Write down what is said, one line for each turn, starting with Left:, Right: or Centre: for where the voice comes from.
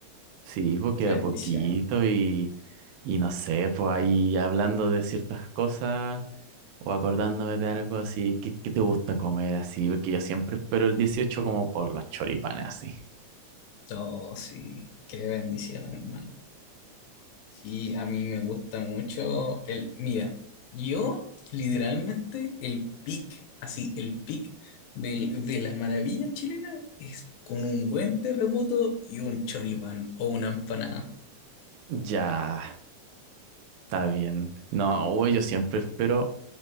Right: Sí, po, queda
Left: Qué bendición.
Right: poquito y, y no sé, pues ahí hablando de ciertas cosas o acordándome de algo así, ¿qué, qué te gusta comer así? Porque yo siempre espero el 18 como por los choripanes así.
Left: Oh, sí, qué bendición, hermano. Sí, a mí me gusta mucho el... Mira, yo literalmente el pic, así, el pic del- de la maravilla chilena es con un buen terremoto y un choripán o una empanada.
Right: Ya, está bien. No, uy, yo siempre espero